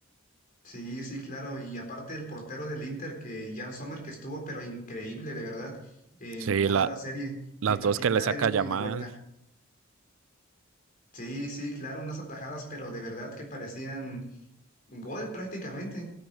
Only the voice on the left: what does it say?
Sí, sí, claro, y aparte el portero del Inter, que Jan Sommer, que estuvo pero increíble, de verdad, en
toda
la serie
y en particular
en,
en la vuelta. Sí, sí, claro, unas atajadas, pero de verdad que parecían gol prácticamente.